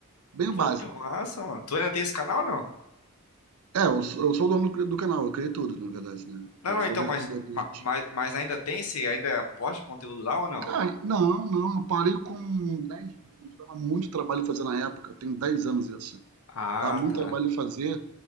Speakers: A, on the right; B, on the left.
A: bem o
B: pô,
A: básico.
B: que massa, mano. Tu ainda tem esse canal, ou não?
A: É, eu sou, eu sou o dono do, do canal, eu criei tudo, na verdade, né?
B: Não,
A: Eu
B: não,
A: sou
B: então,
A: o diretor
B: mas,
A: do Twitch.
B: ma- mas, mas ainda tem? Você ainda posta conteúdo lá ou não?
A: Cara, não, não, eu parei com 10 vídeos, dava muito trabalho fazer na época, eu Tenho 10 anos isso.
B: Ah,
A: Dava muito
B: tá.
A: trabalho fazer